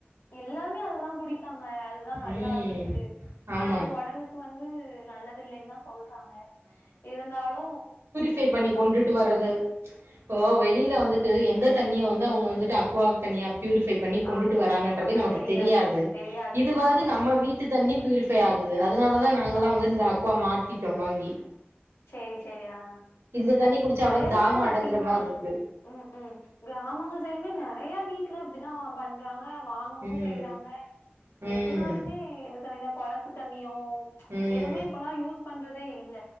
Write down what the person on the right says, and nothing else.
ம்
ஆமா
பே பண்ணி கொண்டுட்டு வர்றது இப்போ வெளில வந்துட்டு எந்த தண்ணிய வந்து அவுங்க வந்துட்டு அக்குவா தண்ணியா பியூரிஃபை பண்ணி கொண்டுட்டு
வராங்கன்றதே
நமக்கு தெரியாது
இதுவாது
நம்ம வீட்டு தண்ணி பூரிஃபை ஆகுது அதுனாலதா நாங்கல்லா
வந்து
இந்த அக்குவா மாட்டிட்டோ வாங்கி
இந்த தண்ணி குடிச்சாவது
தாகோ
அடங்குற மாரி இருக்கு
ம்
ம்
ம்